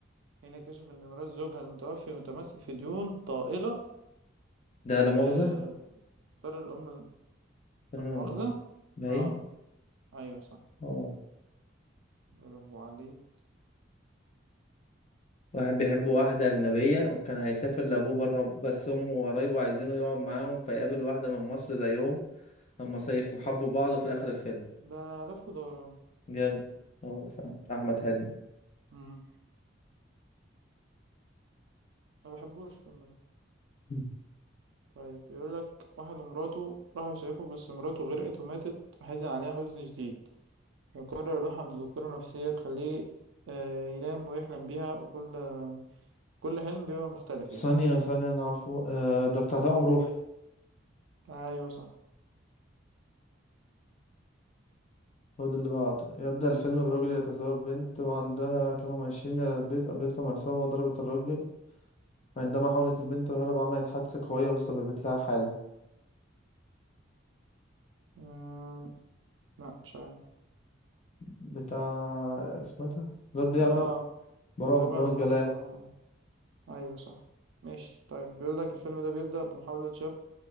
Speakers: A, on the right; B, on the left.
A: حين اكتشف أن ميراث زوجها المتوفي متمثل في ديون طائلة
B: ده لا مؤاخذة
A: آه، اضطر الأم الم-
B: فيلم
A: لا مؤاخذة
B: لا مؤاخذة باين
A: اه أيوه صح
B: اه
A: برافو عليك
B: واحد بيحب
A: طيب
B: واحدة أجنبية وكان هيسافر لأبوه برا بس أمه وقرايبه عايزينه يقعد معاهم فيقابل واحدة من مصر زيهم لما صيفوا حبوا بعض في آخر الفيلم
A: ده لف ودوران
B: جامد هو صح. أحمد حلمي
A: مم. ما بحبوش الفيلم ده
B: مم.
A: طيب بيقول لك واحد ومراته راحوا يصيفوا بس مراته غرقت وماتت فحزن عليها حزن شديد فقرر يروح عند دكتورة نفسية تخليه آه، ينام ويحلم بيها وكل كل حلم بيبقى مختلف
B: ثانية
A: يعني
B: ثانية أنا عارفه آه ده بتاع توأم روحي
A: أيوه صح
B: هو ده اللي بعته يبدأ الفيلم برجل يتزوج بنت وعندها كانوا ماشيين إلى البيت قابلتهم عصابة وضربت الراجل عندما حاولت البنت الهرب عملت حادثة قوية وسببت لها حالة
A: مم، لا مش عارف
B: بتاع اسمه ايه ده الواد بيعمل
A: اه
B: برامج
A: تبع
B: رامز
A: البرومبا
B: جلال
A: آه. ايوه صح ماشي طيب بيقول لك الفيلم ده بيبدأ بمحاولة شاب